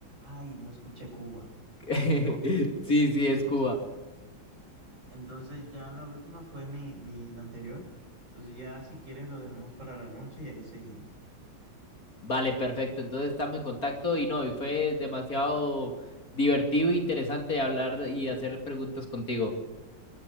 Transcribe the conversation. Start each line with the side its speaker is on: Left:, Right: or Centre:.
Right: Ay, no escuché Cuba,
Left: <laughs> Sí, sí,
Right: no la escuché.
Left: es Cuba.
Right: Entonces ya la última fue mi, mi, la anterior. Entonces ya si quieres lo dejamos para la noche y ahí seguimos.
Left: Vale, perfecto. Entonces estamos en contacto y no, y fue demasiado divertido e interesante hablar y hacer preguntas contigo.